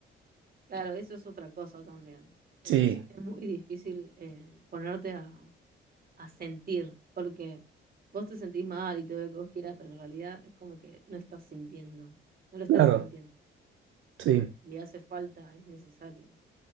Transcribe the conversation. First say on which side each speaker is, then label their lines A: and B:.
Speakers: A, on the right (about 50°); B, on the right (about 75°).
A: Claro, eso es otra cosa también. Es,
B: Sí,
A: es muy difícil eh, ponerte a, a sentir, porque vos te sentís mal y todo lo que vos quieras, pero en realidad es como que no estás sintiendo, no lo estás
B: claro,
A: sintiendo.
B: sí.
A: Y hace falta, es necesario.